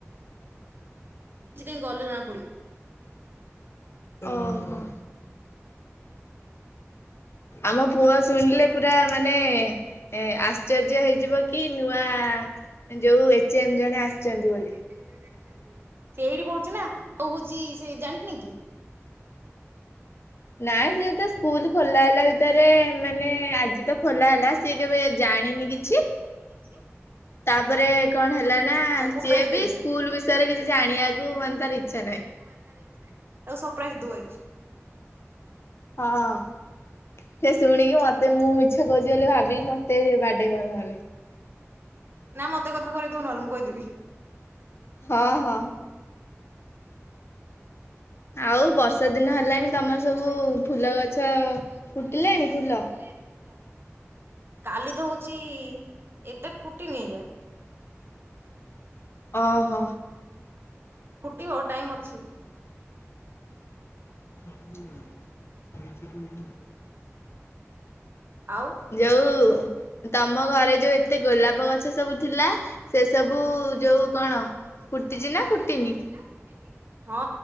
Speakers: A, on the right (about 50°); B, on the left (about 55°).
A: କିଛି ଦିନ ଗଲେ ଜଣା ପଡିବ।
B: ଓହୋ। ଆମ ପୁଅ ଶୁଣିଲେ ପୁରା ମାନେ ଏ ଆଶ୍ଚର୍ଯ୍ୟ ହେଇଯିବ କି ନୂଆ ଯେଉଁ ଏଚ୍ ଏମ୍ ଜଣେ ଆସିଛନ୍ତି ବୋଲି।
A: ସେ ଏଇଠି ପଡୁଚୁ ନା ଆଉ ହଉଛି ସେ ଜାଣିନି କି।
B: ନାଇଁ ସେ ତ ସ୍କୁଲ ଖୋଲା ହେଲା ଭିତରେ ମାନେ ଆଜି ତ ଖୋଲା ହେଲା ସିଏ କେବେ ଜାଣିନି କିଛି।
A: <inaudible>
B: ତାପରେ କଣ ହେଲା ନା
A: ତାକୁ
B: ସିଏ
A: ପ୍ରାଇଜ
B: ବି
A: ଦେଇଦେ।
B: ସ୍କୁଲ ବିଷୟରେ କିଛି ଜାଣିବାକୁ ମାନେ ତାର ଇଚ୍ଛା ନାହିଁ।
A: <inaudible> ତାକୁ ସରପ୍ରାଇଜ ଦବୁ ଆଜି।
B: ହଁ। ସେ ଶୁଣିକି ମତେ ମୁଁ ମିଛ କହୁଛି ବୋଲି ଭାବିକି ମତେ ବାଡେଇବ ନହେଲେ।
A: ନା ମତେ କଥା କରେଇ ଦେବୁ ନହେଲେ ମୁଁ କହିଦେବି।
B: ହଁ ହଁ ଆଉ ବର୍ଷା ଦିନ
A: ଆଉ
B: ହେଲାଣି
A: ବର୍ଷା
B: ତମର
A: ଦିନ
B: ସବୁ
A: ହେଲାଣି ତମର
B: ଫୁଲ
A: ସବୁ
B: ଗଛ
A: ଫୁଲ
B: ଫୁଟିଲାଣି
A: ଗଛ
B: ଫୁଲ?
A: ଫୁଟିଲାଣି ଫୁଲ। କାଲି ତ ହଉଛି ଏତେ ଫୁଟି ନାଇଁ ଜେ
B: ଅହ।
A: ଫୁଟିବ, ଟାଇମ ଅଛି।
B: <unintelligible> <inaudible>
A: ଆଉ
B: ଯୋଉ ତମ ଘରେ ଯୋଉ ଏତେ ଗୋଲାପ ଗଛ ସବୁ ଥିଲା। ସେ
A: ଥିଲା
B: ସବୁ
A: ସେ
B: ଯୋଉ
A: ସବୁ
B: କଣ
A: ଯୋଉ
B: ଫୁଟିଛି
A: କଣ
B: ନା ଫୁଟିନି?
A: ଫୁଟିଛି ନା ଫୁଟିନି? ହଁ